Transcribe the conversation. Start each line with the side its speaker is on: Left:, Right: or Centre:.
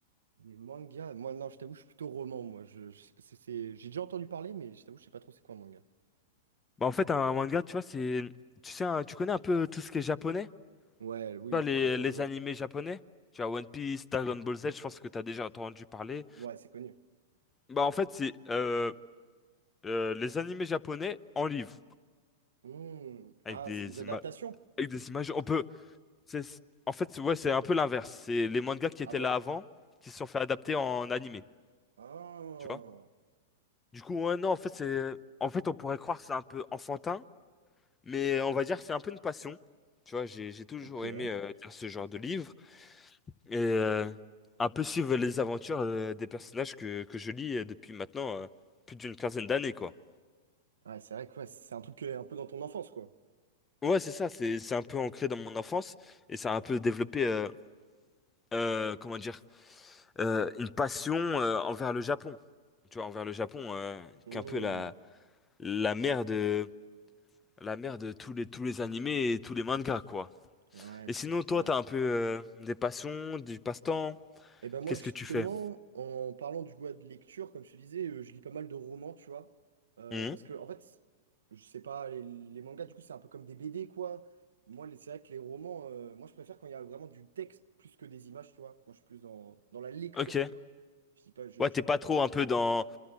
Right: Des mangas. Moi, non, je t'avoue, je suis plutôt roman, moi. Je, je sais pas, c'est, c'est- J'ai déjà entendu parler, mais je t'avoue, je sais pas trop c'est quoi un manga.
Left: Bah, en fait, un manga, tu vois, c'est. Tu sais, un- tu connais un peu tout ce qui est japonais? Tu
Right: Ouais, oui,
Left: vois, les,
Right: le Japon,
Left: les
Right: je vois.
Left: animés japonais? Tu vois, One Piece, Dragon Ball Z, je pense que t'as déjà entendu parler.
Right: Ouais, c'est connu.
Left: Bah, en fait, c'est euh, euh, les animés japonais en livre,
Right: Hmm.
Left: avec
Right: Ah,
Left: des
Right: c'est des adaptations.
Left: images. Avec des images. On peut. c'est- En fait, c'est- ouais, c'est un peu l'inverse. C'est les mangas qui étaient
Right: Ah bon?
Left: là avant, qui se sont fait adapter en animé.
Right: Ah.
Left: Tu vois? Du coup, ouais, non, en fait, c'est. En fait, on pourrait croire que c'est un peu enfantin, mais on va dire que c'est un peu une passion. Tu vois, j'ai j'ai toujours
Right: Ok.
Left: aimé
Right: Ouais,
Left: euh, lire ce genre de livre. et euh, un peu suivre les aventures euh, des personnages que, que je lis euh, depuis maintenant euh, plus d'une quinzaine d'années, quoi.
Right: c'est vrai que ouais, c'est un truc euh, un peu dans ton enfance, quoi.
Left: Ouais, c'est ça, c'est c'est un peu ancré dans mon enfance et ça a un peu développé, euh, euh, comment dire, euh, une passion euh, envers le Japon. Tu vois, envers le Japon, euh,
Right: Hmm.
Left: qui est un peu la, la mère de, la mère de tous les, tous les animés et tous les mangas, quoi.
Right: Ouais,
Left: Et
Right: je
Left: sinon,
Right: comprends
Left: toi,
Right: bien.
Left: t'as un peu euh, des passions, du passe-temps,
Right: et ben moi
Left: qu'est-ce
Right: justement,
Left: que tu fais?
Right: en parlant du goût de lecture, comme je te disais, euh, je lis pas mal de romans, tu vois. Euh,
Left: Mhm.
Right: parce que en fait, je sais pas, les, les mangas, du coup, c'est un peu comme des BD, quoi. Moi, les- c'est vrai que les romans, euh, moi je préfère quand il y a vraiment du texte plus que des images, tu vois. Moi je suis plus dans, dans la lecture
Left: Ok.
Right: pure. Je dis pas, je,
Left: Ouais,
Right: je
Left: t'es
Right: suis pas
Left: pas
Right: en train
Left: trop
Right: de-
Left: un peu dans,